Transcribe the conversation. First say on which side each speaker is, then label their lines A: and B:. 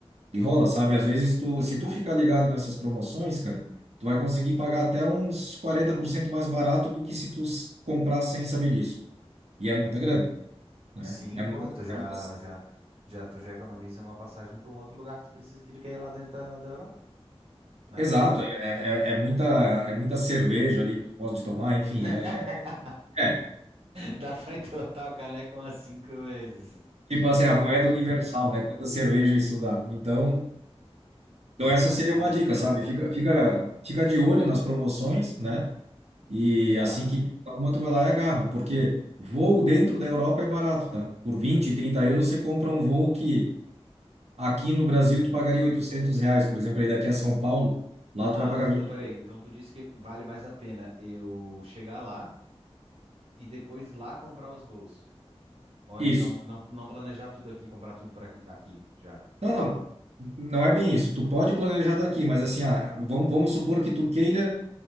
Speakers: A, on the right (about 80°); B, on the right (about 60°).
A: e rola, sabe? Às vezes tu, se tu ficar ligado nessas promoções, cara, tu vai conseguir pagar até uns 40% mais barato do que se tu s- comprar sem saber disso. E é muita grana né?
B: Sim,
A: É
B: porra,
A: muita,
B: tu já,
A: é muita,
B: já, já, tu já economiza uma passagem pra um outro lugar que tu precisa, que tu quer ir lá dentro da, da Europa, né?
A: exato, é, é, é é muita, é muita cerveja ali que tu pode tomar, enfim,
B: <laughs>
A: é, é é,
B: Dá pra entortar o caneco umas cinco vezes.
A: tipo assim, a moeda universal, né? Quanta cerveja isso dá. Então, então essa
B: Entendi,
A: seria uma dica,
B: tá
A: sabe?
B: certo.
A: Fica, fica, fica de olho nas promoções, né? E
B: Tá.
A: assim que pinta uma, tu vai lá e agarra, porque voo dentro da Europa é barato, tá? Por 20, 30 euros você compra um voo que aqui no Brasil tu pagaria 800 reais, por exemplo, aí daqui a São Paulo, lá
B: Ah,
A: tu vai pagar
B: mas então
A: 20.
B: peraí. Então tu disse que vale mais a pena eu chegar lá e depois lá comprar os voos. Ou
A: Isso.
B: em- não, não, não planejar tudo aqui, comprar tudo para aqui, aqui já.
A: Não, não. Não é bem isso. Tu pode planejar daqui, mas assim, ah, vamos, vamos supor que tu queira